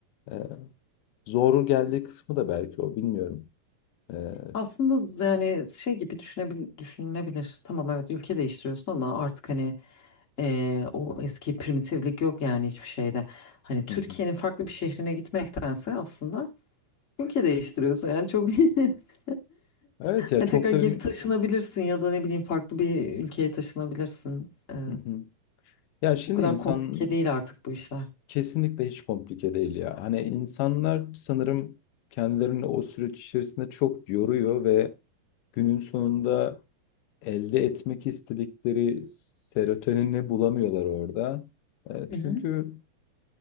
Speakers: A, on the left; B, on the left.
A: e, zor geldiği kısmı da belki o bilmiyorum. E,
B: Aslında z- yani şey gibi düşünebil düşünülebilir. Tamam evet ülke değiştiriyorsun ama artık hani eee, o eski primitiflik yok yani hiçbir şeyde. Hani Türkiye'nin
A: <laughs>
B: farklı bir şehrine gitmektense aslında ülke değiştiriyorsun yani çok <laughs>
A: Evet ya
B: Hani
A: çok
B: tekrar
A: da
B: geri
A: bir...
B: taşınabilirsin ya da ne bileyim farklı bir ülkeye taşınabilirsin. Eee,
A: Hı hı. Ya şimdi
B: o kadar
A: insan
B: komplike değil artık bu işler.
A: kesinlikle hiç komplike değil ya. Hani insanlar sanırım kendilerini o süreç içerisinde çok yoruyor ve günün sonunda elde etmek istedikleri serotonini bulamıyorlar orada. E,
B: Hı
A: Çünkü
B: hı.